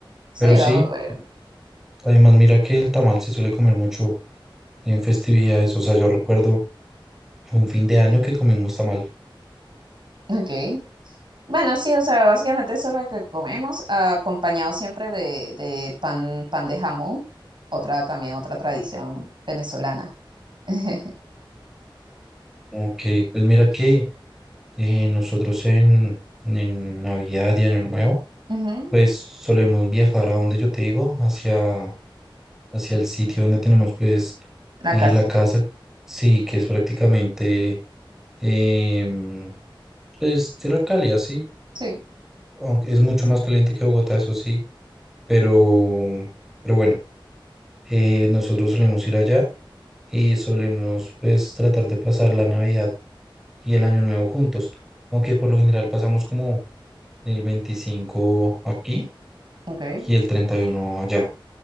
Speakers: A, on the right; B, in the centre.
A: Sí,
B: Pero sí,
A: va variando.
B: Además, mira que el tamal se suele comer mucho en festividades. O sea, yo recuerdo un fin de año que comimos tamal.
A: Okay, Bueno, sí, o sea, básicamente eso es lo que comemos, acompañado siempre de, de pan, pan de jamón, otra también, otra tradición venezolana. <laughs>
B: Ok, pues mira que eh, nosotros en, en Navidad y Año Nuevo,
A: Ujú.
B: pues solemos viajar a donde yo te digo, hacia, hacia el sitio donde tenemos pues
A: La
B: eh,
A: casita.
B: la casa, sí, que es prácticamente em, pues tierra cálida, sí,
A: Sí,
B: aunque es mucho más caliente que Bogotá, eso sí, pero, pero bueno, eh, nosotros solemos ir allá y solemos pues tratar de pasar la Navidad y el Año Nuevo juntos, aunque por lo general pasamos como el 25 aquí
A: ok,
B: y el 31 allá.